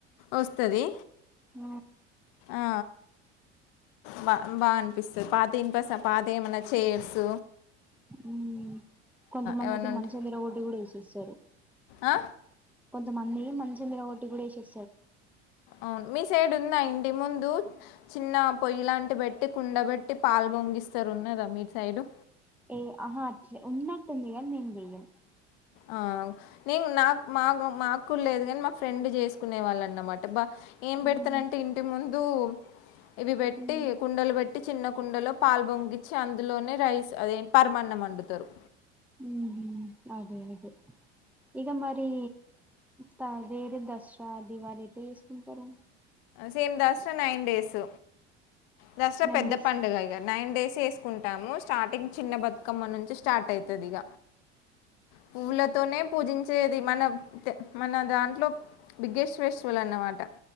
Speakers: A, on the left (about 50°); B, in the centre.
A: వస్తది.
B: ఆ
A: ఆ బ బా అనిపిస్తది పాత ఇన్పస పాత ఏమన్నా చైర్స్
B: మ్ కొంతమందైతే
A: ఏమన్నా ఉంటే
B: మంచాల్ విరగొట్టి గుడా ఏసేస్తరు.
A: ఆ
B: కొంతమంది మంచం ఇరగొట్టి గుడ యేసే
A: అవును మీ సైడ్ ఉందా ఇంటి ముందు చిన్న పొయ్యిలాంటి బెట్టి కుండబెట్టి పాల్ పొంగిస్తరు ఉన్నదా మీ సైడు
B: ఏ అహ అట్ ఉన్నట్టుంది గని నేన్ వెయ్యన్
A: ఆ నేన్ నాక్ మాక్ మాక్ కుడ లేదు గని మా ఫ్రెండ్ జేస్కునే వాళ్ళన్నమా ట బ ఏం బెడ్తనంటే
B: ఉహు,
A: ఇంటి ముందు ఇవి పెట్టి
B: ఉమ్,
A: కుండల్ పెట్ టి చిన్న కుండలో పాల్ బొంగిచ్చి అందులోనే రైస్ అదే పరమాన్నం వండుతరు.
B: ఉహు, అదే అదే ఇగ మరీ త వేరే దసరా, దివాలీ ఎట్ల చేస్కుంటరు?
A: Same Dasara nine days Dasara
B: nine
A: పెద్ద
B: డేస్
A: పడుగ ఇగ నైన్ డేస్ చేస్కుంటాము. స్టార్టింగ్ చిన్న బతుకమ్మ నుంచి స్టార్ట్ అయితదిగ పువ్వులతోనే పూజించేది మన త మన దాంట్లో బిగ్గెస్ట్ ఫెస్టివల్ అన్నమాట.